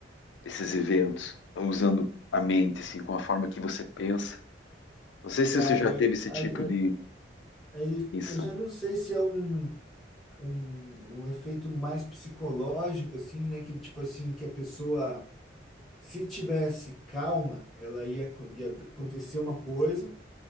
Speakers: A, on the left (about 75°); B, in the centre.
A: esses eventos, usando a mente, assim, com a forma que você pensa. Não sei se
B: Cara,
A: você já
B: eu,
A: teve esse
B: aí-
A: tipo
B: aí-
A: de
B: aí
A: insight.
B: eu já não sei se é um. um, um efeito mais psicológico, assim, né? Que tipo assim, que a pessoa, se tivesse calma, ela ia, acon- ia acontecer uma coisa,